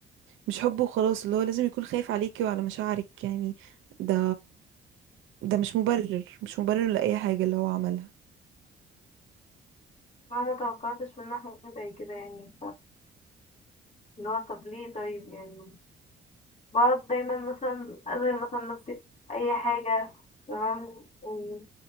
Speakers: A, on the right; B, on the left.
A: مش حبه وخلاص اللي هو لازم يكون خايف عليكي وعلى مشاعرك يعني ده ده مش مبرر مش مبرر لأي حاجة اللي هو عملها
B: فاهمة متوقعتش منه حاجة زي كده يعني اللي هو طب ليه طيب يعني بقعد دايما مثلا أشغل مثلا نفسي في أي حاجة تمام و-